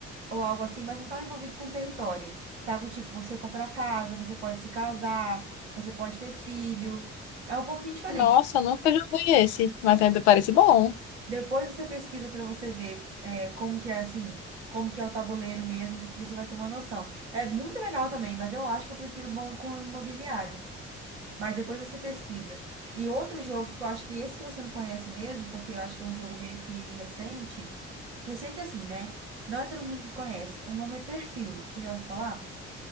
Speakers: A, on the right; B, on the left.
A: ou algo assim, mas não tá envolvido com território. Tá com, tipo, você comprar casa, você pode se casar, você pode ter filho. É um pouquinho diferente.
B: Nossa, eu nunca joguei esse, mas ainda parece bom.
A: Depois você pesquisa para você ver é, como que é assim, como que é o tabuleiro mesmo, porque você vai ter uma noção. É muito legal também, mas eu acho que eu prefiro banco imobiliário. Mas depois você pesquisa. E outro jogo que eu acho que esse que você não conhece mesmo, porque eu acho que é um jogo meio que recente, recente assim, né? Não é todo mundo que conhece. O nome é Perfil. Você já ouviu falar?